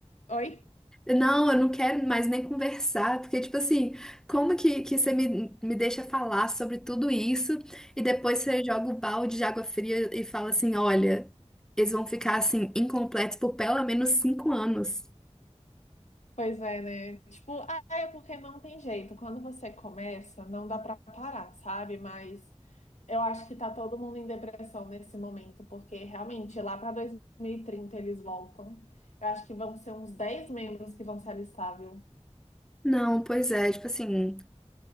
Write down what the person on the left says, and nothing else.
Oi?
Pois é, né? Tipo, ah, é porque não tem jeito. Quando você começa, não dá pra parar, sabe? Mas eu acho que tá todo mundo em depressão nesse momento, porque realmente lá pra dois mil e trinta eles voltam. Eu acho que vão ser uns 10 membros que vão se alistar, viu?